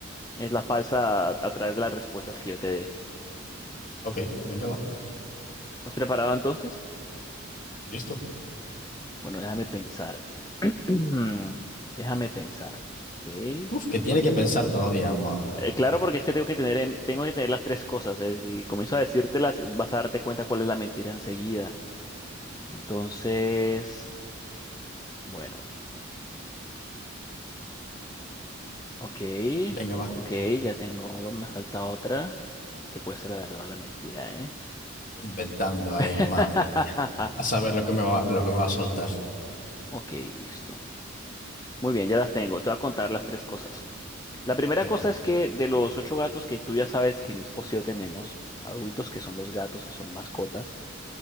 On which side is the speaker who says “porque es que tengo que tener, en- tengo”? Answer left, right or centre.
Left